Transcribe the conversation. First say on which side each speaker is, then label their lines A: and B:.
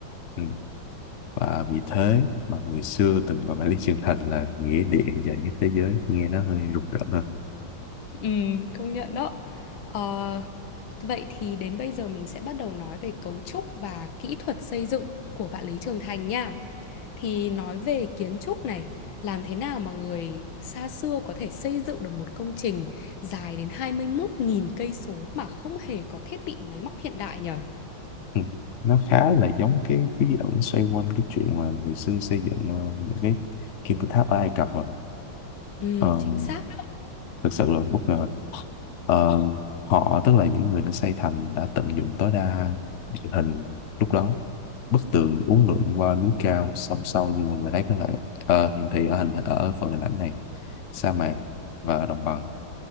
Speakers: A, on the left; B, on the left.
A: Ừ. Và vì thế mà người xưa từng gọi Bản Lý Trường Thành là nghĩa địa dài nhất thế giới, nghe nó hơi rùng rợn hơn.
B: Ừ, công nhận đó. Ờ, vậy thì đến bây giờ mình sẽ bắt đầu nói về cấu trúc và kỹ thuật xây dựng của bạn Lý Trường Thành nha. Thì nói về kiến trúc này, làm thế nào mà người xa xưa có thể xây dựng được một công trình dài đến 21 nghìn cây số mà không hề có thiết bị máy móc hiện đại nhở?
A: Ừ. Nó khá là giống cái bí ẩn xoay quanh cái chuyện mà người xưa xây dựng ờ, những cái kim tự tháp ở Ai Cập rồi.
B: Ừ,
A: Um,
B: chính xác.
A: thực sự là bất ngờ. Ờ, họ tức là những người đã xây thành đã tận dụng tối đa địa hình lúc đó. Bức tường uốn lượn qua núi cao, song song như mọi người thấy có thể ờ, hiện thị ở hình ở phần hình ảnh này, sa mạc và đồng bằng